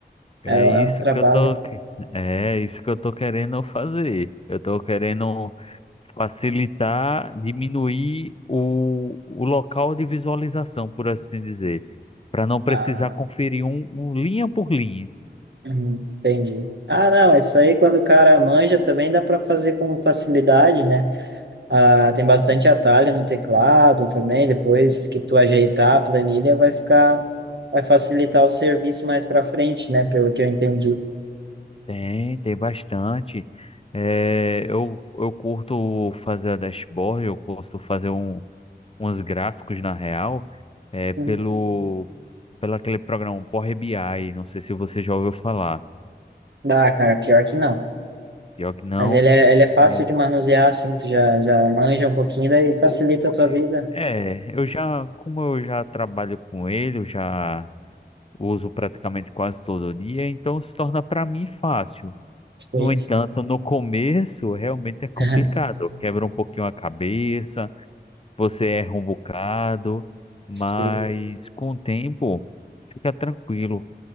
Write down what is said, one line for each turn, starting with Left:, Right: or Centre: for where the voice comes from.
Left: é
Right: É, é
Left: isso
Right: um trabalho.
Left: que eu tô, que- é isso que eu tô querendo fazer. Eu tô querendo facilitar, diminuir o, o local de visualização, por assim dizer, para não precisar
Right: Ah,
Left: conferir um, um linha por linha.
Right: hum, entendi. Ah, não, isso aí quando o cara manja também dá para fazer com facilidade, né? Ah, tem bastante atalho no teclado também, depois que tu ajeitar a planilha vai ficar, vai facilitar o serviço mais para frente, né? Pelo que eu entendi.
Left: Tem, tem bastante. É, eu, eu curto fazer a dashboard, eu curto fazer um, uns gráficos na real, é, pelo,
Right: Hum.
Left: pelo aquele programa Power BI, não sei se você já ouviu falar.
Right: Ah, cara, pior que não.
Left: Pior que não,
Right: Mas ele é, ele é fácil
Left: né?
Right: de manusear, assim, tu já, já manja um pouquinho daí facilita
Left: Pô,
Right: a tua
Left: eu,
Right: vida.
Left: é, eu já, como eu já trabalho com ele, eu já uso praticamente quase todo dia, então se torna para mim fácil.
Right: Sim,
Left: No entanto,
Right: sim.
Left: no começo realmente é complicado,
Right: <laughs>
Left: quebra um pouquinho a cabeça, você erra um bocado, mas
Right: Sim.
Left: com o tempo fica tranquilo